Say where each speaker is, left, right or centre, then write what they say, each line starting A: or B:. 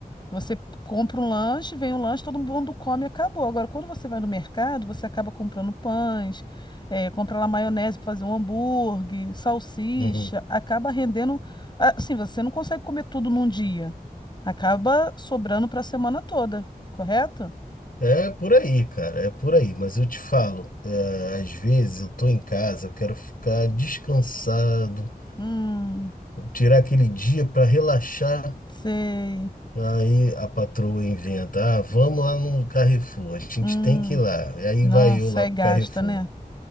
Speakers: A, on the left; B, on the left.
A: Você compra um lanche, vem um lanche, todo mundo come e acabou. Agora, quando você vai no mercado, você acaba comprando pães, eh, compra lá maionese para fazer um hambúrguer, salsicha,
B: uhum.
A: acaba rendendo. Assim, você não consegue comer tudo num dia. Acaba sobrando para a semana toda, correto?
B: É por aí, cara, é por aí. Mas eu te falo, é, às vezes eu tô em casa, eu quero ficar descansado,
A: Hum.
B: tirar aquele dia para relaxar.
A: Sei.
B: Aí a patroa inventa, ah, vamos lá no Carrefour, a gente
A: Hum,
B: tem que ir lá. E Aí
A: nossa,
B: vai eu lá
A: aí
B: pro
A: gasta,
B: Carrefour.
A: né?